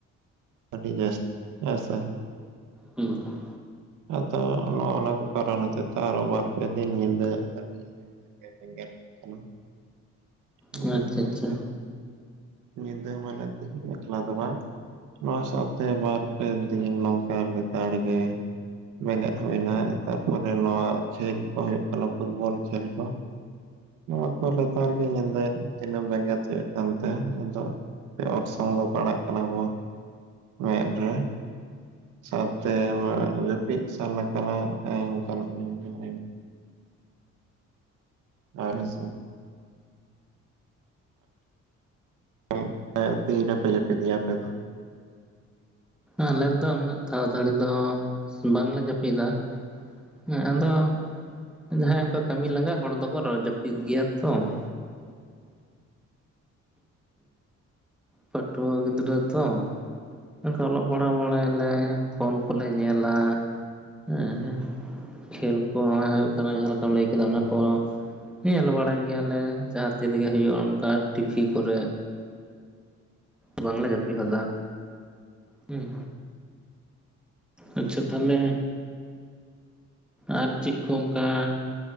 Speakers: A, on the right; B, in the centre.
A: ᱟᱹᱰᱤ ᱡᱟᱥ <inaudible> ᱦᱮᱸᱥᱮ
B: ᱦᱩᱸ᱾
A: ᱟᱫᱚ ᱱᱚᱜ-ᱱᱟ ᱠᱚ ᱠᱟᱨᱚᱱ ᱦᱚᱛᱮᱡ ᱛᱮ ᱟᱨᱚ ᱵᱟᱨ ᱯᱮ ᱫᱤᱱ ᱧᱤᱫᱟᱹ ᱟᱰᱤ <unintelligible> ᱠᱟᱱᱟ, ᱱᱚᱣᱟ
B: ᱦᱮᱸ ᱟᱪᱪᱷᱟ
A: ᱦᱚᱸ
B: ᱟᱪᱪᱷᱟ
A: ᱢᱤᱫᱴᱮᱱ ᱧᱤᱫᱟᱹ ᱢᱮᱱᱟᱜ ᱛᱮᱦᱤᱧ ᱮᱠᱞᱟ ᱫᱚ ᱵᱟᱝ, ᱱᱚᱣᱟ ᱥᱟᱣᱛᱮ ᱵᱟᱨ ᱯᱮ ᱫᱤᱱ ᱱᱚᱝᱠᱟ ᱞᱮᱛᱟᱲ ᱜᱮ ᱵᱮᱸᱜᱮᱫ ᱦᱩᱭᱱᱟ ᱛᱟᱨᱯᱚᱨᱮ ᱱᱚᱣᱟ ᱠᱷᱮᱞ ᱠᱚ ᱦᱩᱭᱩᱜ ᱠᱟᱱᱟ ᱯᱷᱩᱴᱵᱚᱞ ᱠᱷᱮᱞ ᱠᱚ, ᱱᱚᱣᱟ ᱠᱚ ᱞᱮᱛᱟᱨ ᱜᱮ ᱧᱤᱫᱟᱹ ᱫᱱᱟᱹᱢ ᱵᱮᱸᱜᱮᱫ ᱦᱚᱪᱚᱭᱮᱫ ᱠᱟᱱ ᱛᱮ ᱟᱫᱚ ᱪᱮᱫ ᱚᱨᱥᱚᱝ ᱫᱚ ᱯᱟᱲᱟᱜ ᱠᱟᱱᱟ ᱵᱚ ᱢᱮᱫ ᱨᱮ ᱥᱟᱶᱛᱮ ᱡᱟᱹᱯᱤᱫ ᱥᱟᱱᱟ ᱠᱟᱱᱟ <unintelligible> ᱟᱨ ᱦᱮᱸᱥᱮ <unintelligible> ᱛᱤᱨᱮᱯᱮ ᱡᱟᱹᱯᱤᱫ ᱜᱮᱭᱟ ᱟᱯᱮ ᱫᱚ?
B: ᱟᱞᱮ ᱫᱚ ᱩᱱᱟᱹᱜ ᱛᱟᱲᱟᱛᱟᱹᱲᱤ ᱫᱚ ᱵᱟᱝᱞᱮ ᱡᱟᱹᱯᱤᱫᱟ ᱾ ᱦᱮᱸ ᱟᱫᱚ ᱡᱟᱦᱟᱸᱭ ᱚᱱᱠᱟ ᱠᱟᱹᱢᱤ ᱞᱟᱸᱜᱟ ᱦᱚᱲ ᱫᱚᱠᱚ ᱡᱟᱹᱯᱤᱫ ᱜᱮᱭᱟ ᱛᱚ ᱾ ᱯᱟᱴᱷᱩᱣᱟᱹ ᱜᱤᱫᱽᱨᱟᱹ ᱛᱚ, ᱚᱱᱠᱟ ᱚᱞᱚᱜ ᱯᱟᱲᱦᱟᱣ ᱵᱟᱲᱟᱭᱟᱞᱮ ᱯᱷᱳᱱ ᱠᱚᱞᱮ ᱧᱮᱞᱟ ᱦᱮᱸ, ᱠᱷᱮᱞ ᱠᱚ ᱦᱩᱭᱩᱜ ᱠᱟᱱᱟ ᱡᱟᱦᱟᱸ ᱞᱮᱠᱟᱢ ᱞᱟᱹᱭ ᱠᱮᱫᱟ ᱚᱱᱟ ᱠᱚ ᱧᱮᱞ ᱵᱟᱲᱟᱭ ᱜᱮᱭᱟᱞᱮ ᱡᱟᱦᱟᱸ ᱛᱤᱨᱮᱜᱮ ᱦᱩᱭᱩᱜᱼᱟ ᱚᱱᱠᱟ ᱴᱤᱵᱷᱤ ᱠᱚᱨᱮ, ᱵᱟᱝᱞᱮ ᱡᱟᱹᱯᱤᱫ ᱦᱚᱫᱟ ᱦᱩᱸ᱾ ᱟᱪᱪᱷᱟ ᱛᱟᱦᱚᱞᱮ ᱟᱨ ᱪᱤᱜ ᱠᱩ ᱚᱝᱠᱟ